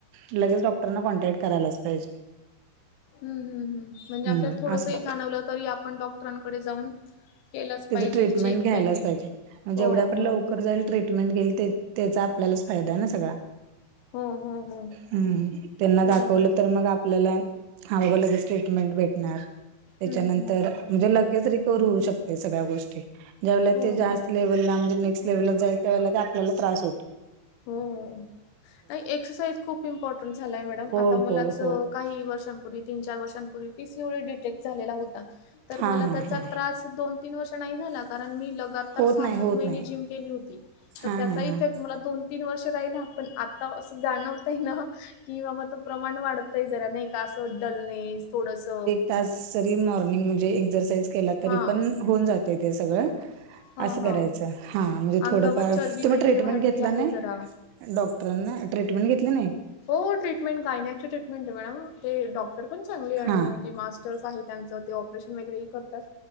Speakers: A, on the right (about 75°); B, on the left (about 80°).
A: लगेच डॉक्टरांना कॉन्टॅक्ट करायलाच पाहिजे.
B: हुं हुं हुं म्हणजे
A: हम्म
B: आपल्याला थोडसही
A: असं
B: जाणवलं तरी आपण डॉक्टरांकडे जाऊन केलंच
A: तीज
B: पाहिजे
A: ट्रीटमेंट
B: चेक
A: घ्यायलाच
B: वगैरे.
A: पाहिजे जेवढ्या
B: हो,
A: आपण
B: हो,
A: लवकर
B: हो.
A: जाईल ट्रीटमेंट घेईल त्य त्याचा आपल्यालाच फायदा आहे ना सगळा.
B: हो, हो, हो.
A: हुं त्यांना
B: बरोबर
A: दाखवलं
B: आहे.
A: तर मग आ पल्याला हा बाबा लागेच ट्रीटमेंट भेटणार त्याच्यानंतर
B: हं, हं, हं.
A: म्हणजे लगेच रिकवर होऊ शकते सगळ्या गोष्टी ज्या
B: हो,
A: ते जास्त
B: हो.
A: लेव्हलला नेक्ट लेव्हल जाईल त्यावेळी आपला त्रास होत
B: हुं आणि एक्सरसाईज खूप इम्पॉर्टंट झालाय मॅडम
A: होय
B: आता मलाच
A: होय हो
B: अं काही वर्षांनपूर्वी तीन, चार वर्षांपूर्वी P C O D detect झालेला होता. तर
A: हा
B: मला
A: हा
B: त्याचा
A: हा
B: त्रास दोन तीन वर्ष नाही झाला कारण मी ल लग्नात
A: होत
B: सहा,
A: नाही
B: सात
A: होत
B: महीने
A: नाही
B: जिम केली होती तर
A: हा
B: त्याचा
A: हा
B: इफेक्ट
A: हा
B: मला दोन तीन वर्ष राहिला, पण आता असं जाणवत आहे ना की बाबा तो प्रमाण वाढतंय जरा नाही का असं डलनेस थोडस
A: त्यास जरी मॉर्निंग म्हणजे एक्जरसाईज केला तरी
B: हा
A: पण होऊन जाते ते सगळं
B: हा
A: अस
B: हा
A: कराच हां म्हणजे थोडफार
B: अंगावर चरबी
A: तुम्ही
B: वगैरे
A: ट्रीटमेंट
B: वाढली
A: घेतला
B: आहे
A: नाय?
B: जरा
A: डॉक्टरांना, ट्रीटमेंट घेतली नायी?
B: हों ट्रीटमेंट गायनॅकची ट्रीटमेंट आहे मला ते डॉक्टर पण चांगले आणि
A: हा
B: म्हणजे मास् <unintelligible> ते ऑपरेशन वगैरे ही करातात